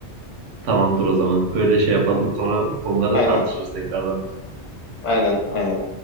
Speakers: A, on the right (about 85°); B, on the left (about 85°).
A: Tamamdır o zaman. Öyle şey yapalım. Sonra bu konuları
B: Aynen,
A: tartışırız tekrardan.
B: aynen, aynen.